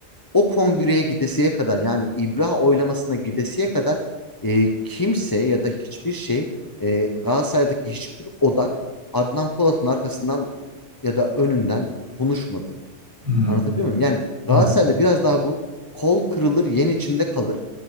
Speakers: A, on the left; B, on the right.
A: O kongreye gidesiye kadar yani İbra oylamasına gidesiye kadar e, kimse ya da hiçbir şey e, Galatasaray'daki hiçbir odak Adnan Polat'ın arkasından ya da önünden konuşmadı.
B: Hı hı.
A: Anlatabiliyor muyum? Yani
B: Evet.
A: Galatasaray'da biraz daha bu kol kırılır yen içinde kalır.